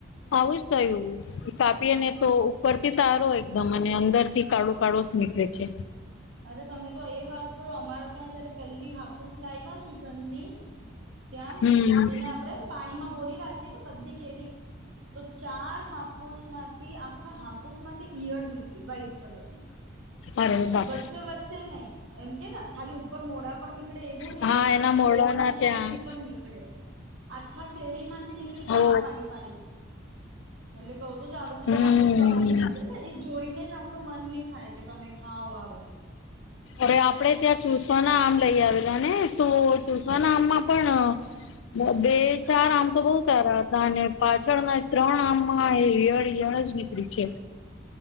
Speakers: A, on the left (about 70°); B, on the right (about 80°).
A: આવું જ થયું કાપીએ ને તો ઉપરથી સારો એકદમ અને અંદરથી કાળો કાળો જ નીકળે છે.
B: અરે તમે તો એ વાત કરો અમારે ત્યાં જયારે પેલી હાપુસ લાયવા સીઝન અને ત્યાં
A: હમ્મ
B: એને આપણે પાણીમાં બોરી રાખી ને બધી કેરી તો ચાર હાપુસ માંથી આખા હાપુસ માંથી ઈયળ નીકળી વ્હાઈટ કલરની.
A: અરે બાપ
B: વચ્ચે વચ્ચે નહ એમ કે ને ખાલી ઉપર મોડા પર નીકળે એવું નહી
A: હા
B: આખા
A: એના મોરડાના
B: કેરી માં ક્યાંય
A: ત્યાં
B: થી પણ નીકળે આખા કેરી માંથી નીકળી
A: હો
B: કાણા પાડી પાડીને. એટલે કહ તો આડ જધ
A: હમ
B: હાપુસ ખાવાની મજાને એ જોઈને જ આપડું મન નહી થાય કે તમે ખાવ.
A: અરે આપડે ત્યાં ચુસ વાના આમ લઈ આવેલા ને તો ચુસવાના આમમાં પણ બે ચાર આમ તો બહુ સારા હતા અને પાછળના ત્રણ આમમાં ઈયળ ઈયળ જ નીકળી છે.